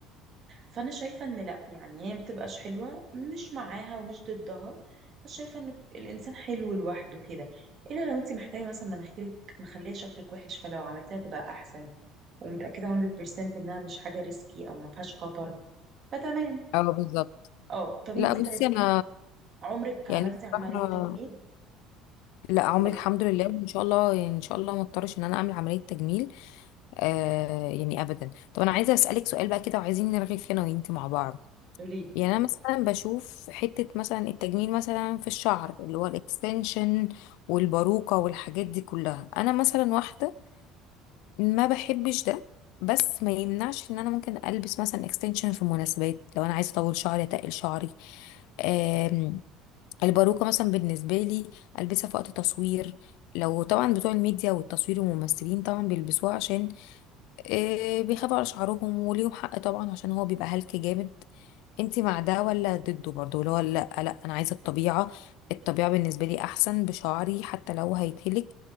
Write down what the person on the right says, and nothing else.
فانا شايفه ان لا يعني هي ما بتبقاش حلوه مش معاها ومش ضدها بس شايفه ان الانسان حلو لوحده كده الا لو انت محتاجه مثلا مناخيرك مخليه شكلك وحش فلو عملتها تبقى احسن ومتاكده 100% انها مش حاجه ريسكي او ما فيهاش خطر فتمام
اه طب
انت
طيب
عمرك
عملتي
عمليه تجميل
لا
قولي